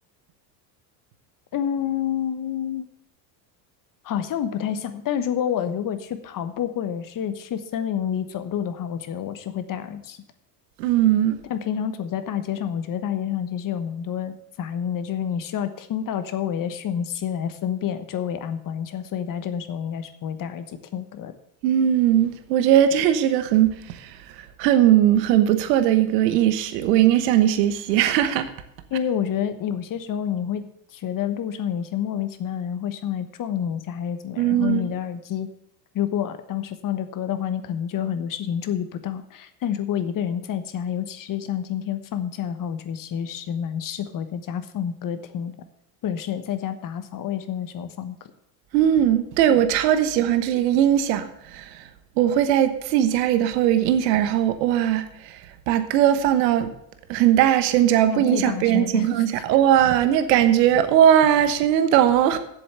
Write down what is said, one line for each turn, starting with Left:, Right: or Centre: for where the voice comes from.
Left: 嗯，好像不太像，但如果我如果去跑步或者是去森林里走路的话，我觉得我是会戴耳机的。
Right: 嗯。
Left: 但平常走在大街上，我觉得大街上其实有蛮多杂音的，就是你需要听到周围的讯息来分辨周围安不安全，所以在这个时候应该是不会戴耳机听歌的。
Right: 嗯，我觉得这是个很、很、很不错的一个意识，我应该向你学习。<laughs>
Left: 因为我觉得有些时候你会觉得路上有一些莫名其妙的人会上来撞你一下，还是怎么样，
Right: 嗯。
Left: 然后你的耳机如果当时放着歌的话，你可能就有很多事情注意不到。但如果一个人在家，尤其是像今天放假的话，我觉得其实是蛮适合在家放歌听的，或者是在家打扫卫生的时候放歌，
Right: 嗯，对，我超级喜欢这是一个音响，我会在自己家里的头有一个音响，然后哇，把歌放到很大声，只要不影响别人的情况下，
Left: 开到最大声，<laughs>
Right: 哇，那个感觉，哇，谁能懂哦